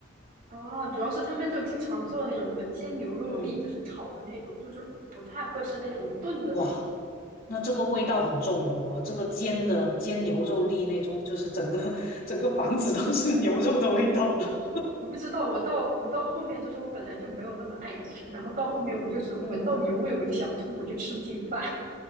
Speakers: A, on the right; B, on the left.
A: 哦，主要是他们就经常做那种什么煎牛肉粒，
B: 嗯。
A: 就是炒的那种，就是不太会吃那种炖的那种。
B: 哇，那这个味道很重的哦，这个煎的煎牛肉粒那种，就是整个 <laughs> 整个房子都是牛肉的味道了。
A: 我不知道，我到我到后面就是我本来就没有那么爱吃，然后到后面我就是闻到牛味我就想吐，
B: <laughs> 嗯，
A: 我就吃不进饭。